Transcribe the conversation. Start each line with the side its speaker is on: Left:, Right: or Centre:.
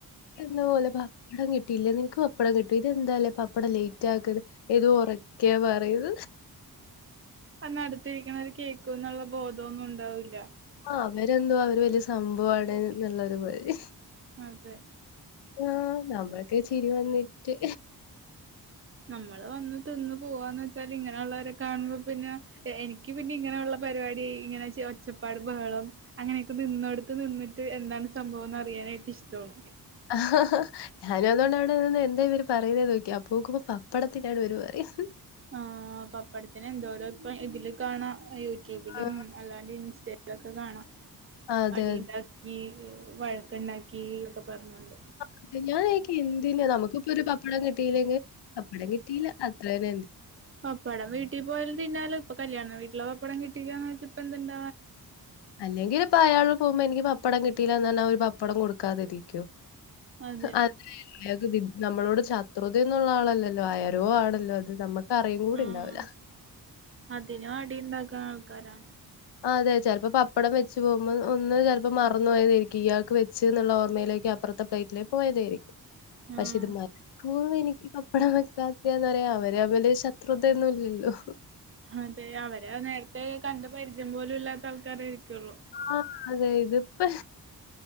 Left: എന്നപോലെ പപ്പടം കിട്ടിയില്ല നിനക്ക് പപ്പടം കിട്ടി ഇതെന്താല്ലേ പപ്പടം ലേറ്റ് ആക്കത് ഇത് ഒറക്കെ പറയും
Right: അന്ന് അടുത്തിരിക്കണവര് കേ ക്കുന്നുള്ള ബോധോന്നുണ്ടാവില്ല
Left: ആ അവരെന്തോ അവര് വല്യ സംഭവാണ്ന്ന്ള്ളൊരു <unintelligible>
Right: അതെ
Left: ആ നമ്മൾക്കെ ചിരി വന്നിട്ട്
Right: മ്മള് വന്ന് തിന്ന് പോവാന്നച്ചാല് ഇങ്ങനെ ഒള്ളോരെ കാണുമ്പോ പിന്നെ എ എനിക്ക് പിന്നെ ഇങ്ങനെയുള്ള പരിപാടി ഇങ്ങനെച്ച് ഒച്ചപ്പാടും ബഹളം അങ്ങനെയൊക്കെ നിന്നോട്ത്ത് നിന്ന് ത് എന്താണ് സംഭവംന്ന് അറിയാനായിട്ട് ഇഷ്ടോണ്
Left: ആ ഞാനും അതോണ്ട അവിടെ നിന്ന് എന്താ ഇവര് പറയണേന്ന് നോക്കി അപ്പോ നോക്കുമ്പോ പപ്പടത്തിന്റാണ് ഇവര് പറയുന്നെ
Right: ആ പപ്പടത്തിന് എന്തോരോ ഇപ്പൊ ഇതില് കാണാം യൂ ട്യൂബിലും
Left: ആ,
Right: അല്ലാണ്ട് ഇൻ ചെല്തൊക്കെ കാണാ
Left: അതെ
Right: അടി ഇണ്ടാക്കി വഴക്ക്ണ്ടാക്കി ഒക്ക പറ്ഞ്ഞോണ്ട്
Left: അതെ ഞാൻ എനിക്ക് എന്തിനാ നമുക്ക്പ്പൊരു പപ്പടം കിട്ടിയില്ലെങ്കിൽ പപ്പടം കിട്ടിയില്ല അത്രെത
Right: പപ്പടം വീട്ടീ പോയാലും തിന്നാലോ ഇപ്പ കല്യാണം വീട്ടില പപ്പടം കിട്ടീലാന്ന് വെച്ച്പ്പന്ത്ണ്ടാ
Left: അല്ലെങ്കില് പ്പ അയാള് പോവുമ്പോ എനിക്ക് പപ്പടം കിട്ടിയില്ലാന്നറ്ഞ്ഞാ അവര് പപ്പടം കൊടുക്കാതിരിക്കോ
Right: അതെ
Left: അ അയാക്ക് വി നമ്മളോട് ശത്രുതയൊന്നുള്ള ആളല്ലല്ലോ ആരോ ആണല്ലോ അത് നമ്മ കറിയു കൂടി
Right: ആഹ്
Left: ഇണ്ടാവൂല്ലാ
Right: അതിനും അടി ഇണ്ടാക്കാൻ ആൾക്കാരാ
Left: അതെ ചെലപ്പം പപ്പടം വെച്ച് പോകുമ്പോ ഒന്ന് ചെലപ്പോ മറന്നു പോയതായിരിക്കും ഇയാൾക്ക് വെച്ച്ന്ന്ള്ള ഓർമ്മയിലേക്ക് അപ്പറ്ത്തെ പ്ലേറ്റിലേക്ക് പോയതായിരി
Right: ആഹ്
Left: പക്ഷെ ഇത് മനഃപൂർവ്വെനിക്ക് ഈ പപ്പടം വെയ്ക്കാത്തന്നാറിയാവോ വര് അവര് ശത്രുതയൊന്നുല്ലല്ലോ
Right: അതെ അവരേ നേരത്തെ കണ്ട് പരിചയം പോലും ഇല്ലാത്ത ആൾ ക്കാരെ ഇരിക്കൊള്ളൂ
Left: ആ അതെ ഇതിപ്പെ